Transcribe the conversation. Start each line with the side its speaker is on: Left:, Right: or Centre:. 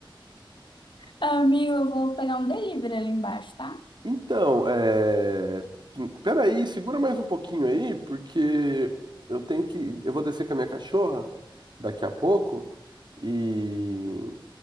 Left: Amigo, eu vou pegar um delivery ali embaixo, tá?
Right: Então, é... peraí, segura mais um pouquinho aí, porque eu tenho que. Eu vou descer com a minha cachorra daqui a pouco. E,